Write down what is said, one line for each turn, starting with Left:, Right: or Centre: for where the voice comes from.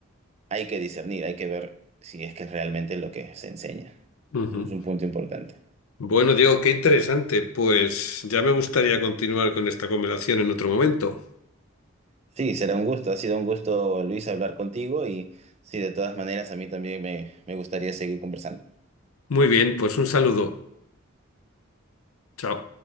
Right: hay que discernir, hay que ver si es que es realmente lo que se enseña.
Left: ujú.
Right: Entonces, es un punto importante.
Left: Bueno, Diego, qué interesante. Pues ya me gustaría continuar con esta conversación en otro momento.
Right: Sí, será un gusto. Ha sido un gusto, Luis, hablar contigo y sí, de todas maneras, a mí también me, me gustaría seguir conversando.
Left: Muy bien, pues un saludo. Chao.